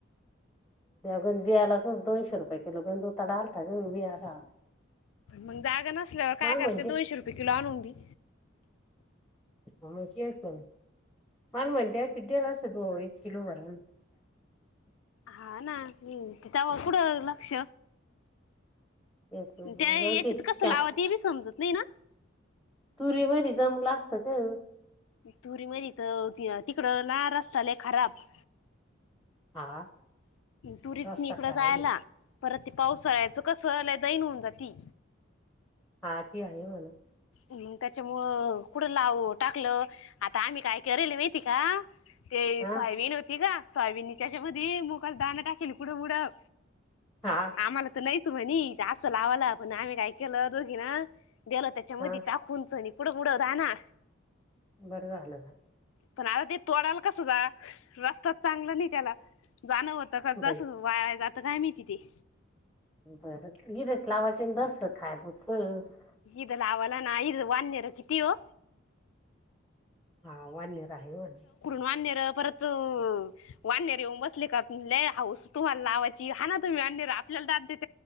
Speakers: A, in the centre; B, on the left.
A: गंज बियाला दोनशे रुपये किलो गंज उताडा आलता. ग बियाला.
B: मग जागा नसल्यावर
A: मला
B: काय
A: म्हणते
B: करता? दोनशे रुपये किलो आणून बी.
A: हा मग तेच ना. मला म्हणल्यास दिलं असतं. एक किलो भर
B: हा ना, त तवा कुडं लक्ष.
A: तेच ना
B: त्या
A: मग
B: याच्यात
A: जाऊ दे
B: कस
A: त्या
B: लावा ते बी समजत नाही ना.
A: तुरी मध जमलं असत का.
B: तुरी मधी तर तिकडं ला रस्ता लयी खराब.
A: हा
B: तुरीत
A: रस्ता
B: मी इकडं
A: करायले
B: जायला. परत ते पाऊस पळायचं कसं झालंय दैन होऊन जाती.
A: हा ती हाये म्हना.
B: मग त्याच्यामुळं कुठं लाव टाकलं, आता आम्ही काय करयल माहती का? ते
A: हा
B: सोयाबीन होती का? सोयाबीनच्या याच्यामध्ये मुगाचा दाणं टाकेल, कुढं मुडं.
A: हा
B: आम्हाला त नाहीच म्हणी, असं लावाला पण आम्ही काय केलं दोघी न देलं त्याच्या मधी
A: हा
B: टाकून सनी, कुडमुड दाना.
A: बरं झालं ना.
B: पण आता ते तोडाल कास जा, रस्ताच चांगला नाही त्याला. जाणं होतं का
A: बाई.
B: तसज वाया जात, काय माहिती ते.
A: बरं इधच लावाचे दरसक खायापुरत.
B: इध लावाला ना इध वानेर किती वो.
A: हा वानर आहे गंज.
B: वानेर परत वाननेर येऊन बसले का? लई हाऊस तुम्हाला लावायची. हाना तुम्ही वनेर आपल्याला दाद देत